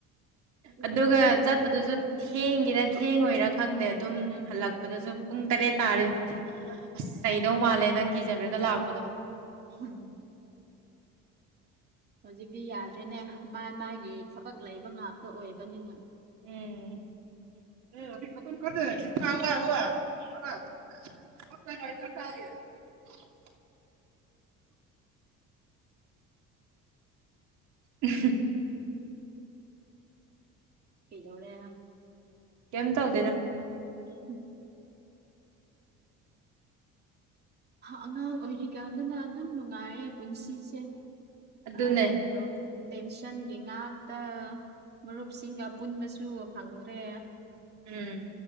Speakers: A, on the right; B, on the right.
A: ꯍꯧꯖꯤꯛꯇꯤ
B: ꯑꯗꯨꯒ ꯆꯠꯄꯗꯨꯁꯨ ꯊꯦꯡꯒꯦꯔꯥ ꯊꯦꯡꯉꯣꯏꯔꯥ ꯈꯪꯗꯦ ꯑꯗꯨꯝ ꯍꯜꯂꯛꯄꯗꯁꯨ ꯄꯨꯡ ꯇꯔꯦꯠ ꯇꯥꯔꯦ ꯑꯁ ꯀꯩꯗꯧ ꯃꯥꯜꯂꯦꯅ ꯀꯤꯖꯔꯒ ꯂꯥꯛꯄꯗꯣ
A: ꯍꯝ ꯍꯧꯖꯤꯛꯇꯤ ꯌꯥꯗꯦꯅꯦ ꯃꯥ ꯃꯥꯒꯤ ꯊꯕꯛ ꯂꯩꯕ ꯉꯥꯛꯇ ꯑꯣꯏꯕꯅꯤꯅ
B: ꯎꯝ <unintelligible>
A: <inaudible>
B: ꯎꯝ
A: ꯀꯩꯅꯣꯅꯦ
B: ꯀꯦꯝ ꯇꯧꯗꯦꯗ
A: ꯎꯝ ꯑꯉꯥꯡ ꯑꯣꯏꯔꯤꯀꯥꯟꯗꯅ ꯑꯗꯨꯝ ꯅꯨꯡꯉꯥꯏꯌꯦ ꯄꯨꯟꯁꯤꯁꯦ
B: ꯑꯗꯨꯅꯦ
A: ꯑꯍꯟ ꯑꯣꯏ ꯇꯦꯟꯁꯟꯒꯤ ꯉꯥꯛꯇ ꯃꯔꯨꯞꯁꯤꯡꯒ ꯄꯨꯟꯕꯁꯨ ꯐꯪꯗ꯭ꯔꯦ
B: ꯎꯝ